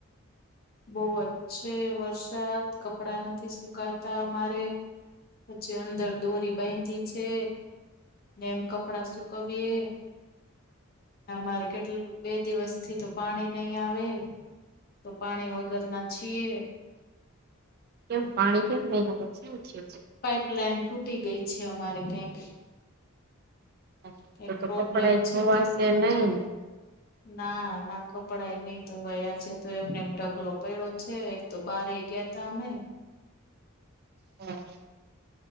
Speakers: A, on the left; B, on the right.
A: બોઓ જ છેે વરસાદ કપડા નથી સુકાતા અમારે પછી અંદર દોરી બાંયધી છે ને એમ કપ કપડા શુંકવીએ અમારે કેટલા બે દિવસ થી તો પાણી નઈ આવે તો પાણી વગરના છીએ.
B: કેમ પાણી કેમ નઈ‌ આવે?
A: પાઈપલાઈન તૂટી ગઈ છે અમારે ક્યાંક.
B: છે
A: એ
B: તો તો
A: પ્રોબ્લેમ
B: કપડા
A: છે
B: ધોવાશે
A: તો
B: નહી ને
A: ના ના કપડાએ નઈ ધોવાયા છે તો એમને એમ ઢગલો પડ્યો છે તો બહાર ગયા હતા અમે
B: હમ્મ